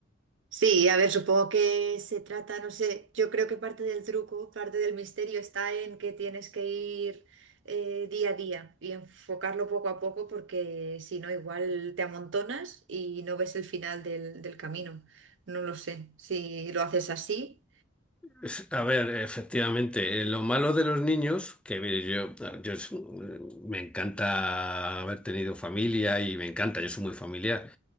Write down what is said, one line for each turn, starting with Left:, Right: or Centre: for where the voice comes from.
Right: Sí, a ver, supongo que se trata, no sé, yo creo que parte del truco, parte del misterio está en que tienes que ir eh, día a día y enfocarlo poco a poco porque si no, igual te amontonas y no ves el final del, del camino. No lo sé, si lo haces así.
Centre: Es- A ver, efectivamente, eh, lo malo de los niños, que yo, yo es- me encanta haber tenido familia y me encanta, yo soy muy familiar.